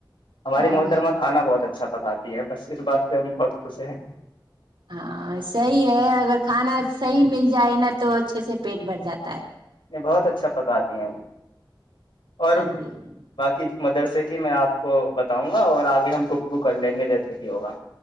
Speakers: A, on the left; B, on the right.
A: ہماری
B: ہاں
A: محترمہ
B: جی
A: کانا بہت اچھا اچھا بتاتتی ہے بس اسس بات ہم بہت خوش ہیں
B: ہاں صحیح ہے اگر کھانا صحیح مل جائے نا تو ا سے پیٹ بھر جاتا ہے
A: میں بہت اچھا پکاتی ہیں اور
B: ہاں جی ہاں
A: باقی مدرسے کے کہ میں آپ کو بتاؤں گا اور آبھی ہم گفگو کر لیں گے جیسے بھی ہوگا